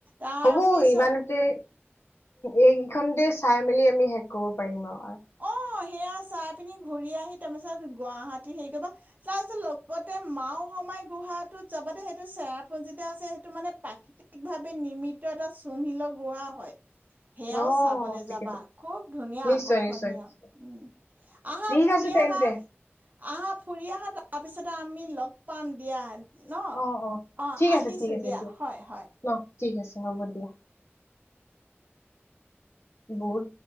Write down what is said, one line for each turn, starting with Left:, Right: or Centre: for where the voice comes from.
Right: তাৰপিছত
Left: হ'ব ইমানতে এইগিখনতে চাই মেলি আমি শেষ কৰিব পাৰিম আওঁ।
Right: অ', সেয়া চাই পিনি ঘূৰি আহি তাপিছত গুৱাহাটী সেই কেইবা তাপিছত লগতে মাও সমাই গুহাটোত যাবা দে সেটো চেৰাপুঞ্জিতে আছে সেটো মানে প্ৰাকিতিকভাৱে নিমিত এটা চুনশীলৰ গুহা হয়। সেয়াও
Left: অ
Right: চাবলে
Left: ঠিকে
Right: যাবা,
Left: ঠিকে
Right: খুব ধুনীয়া।
Left: নিশ্চয়
Right: কৰ্ষনীয়,
Left: নিশ্চয় নিশ্চয়
Right: উম, আহা
Left: ঠিক
Right: ফুৰি
Left: আছে তেন্তে
Right: আহা, আহা ফুৰি আহা তাপিছত তা আমি লগ পাম দিয়া। ন'
Left: অ
Right: অ',
Left: ঠিক
Right: আহিছোঁ
Left: আছে ঠিক আছে
Right: দিয়া, হয়, হয়।
Left: ন ঠিক আছে, হ'ব দিয়া। বহুত